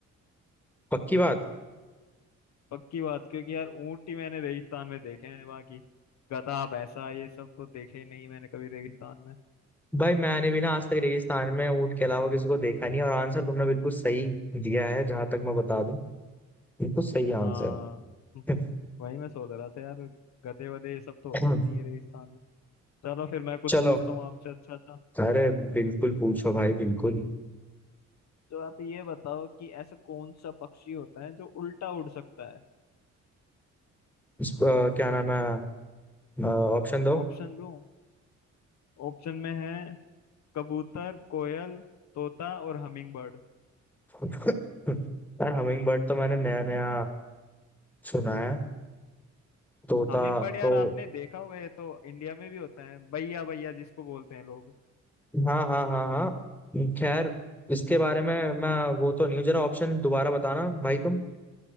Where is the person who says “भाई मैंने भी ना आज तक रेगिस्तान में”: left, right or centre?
Centre